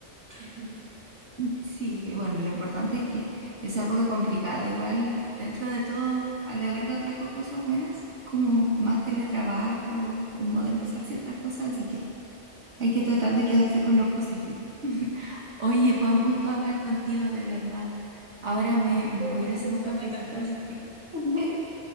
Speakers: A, on the right; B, on the right.
A: <laughs>
B: Mm, Sí, bueno, lo importante es que esa época complicada, igual dentro de todo, a la larga trajo cosas buenas, como más teletrabajo o modernizar ciertas cosas, así que Hay que tratar de quedarse con lo positivo. <laughs> Oye,
A: Sí,
B: fue un gusto hablar contigo, de verdad. Ahora me, me
A: fue
B: voy
A: un
B: a ir a
A: gusto,
B: hacer un cafecito,
A: me encantó.
B: así que <laughs>